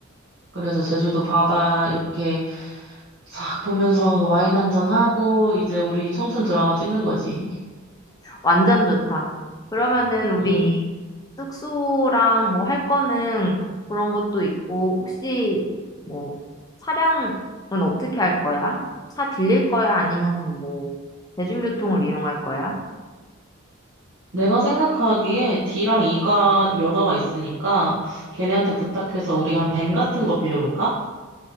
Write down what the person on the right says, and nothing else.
그래서 제주도 바다 이렇게 싹 보면서 와인 한 잔 하고 이제 우리 청춘 드라마 찍는 거지.
음.
내가 생각하기에 D랑 E가 면허가 있으니까 걔네한테 부탁해서 우리 한 밴 같은 거 빌려볼까?